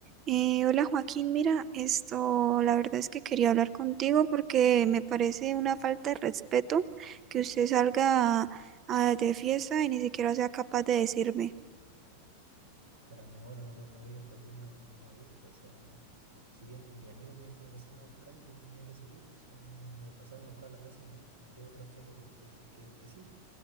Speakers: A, on the right (about 30°); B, on the right (about 70°).
A: Eh, hola Joaquín, mira, esto, la verdad es que quería hablar contigo porque me parece una falta de respeto que usted salga ah, de fiesta y ni siquiera sea capaz de decirme.
B: Pero amor, no me, no me digas Joaquín, no, no me gusta. O sea, si bien mis amigos me, me pasaron a buscar y yo tenía que salir, o sea, me, me empezaron a buscar a la casa y no, no tuve otra opción de que, que decir que, que sí.